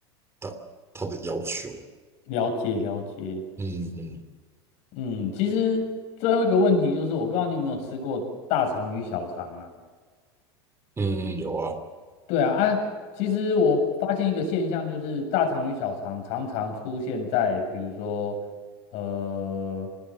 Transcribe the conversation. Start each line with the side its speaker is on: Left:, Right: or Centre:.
Right: 他他的要求。
Left: 了解了解，
Right: 嗯嗯
Left: 嗯，其实最后一个问题就是，我不知道你有没有吃过大肠与小肠啊？
Right: 嗯，有啊，
Left: 对啊，啊，其实我发现一个现象，就是大肠与小肠常常出现在，比如说，呃，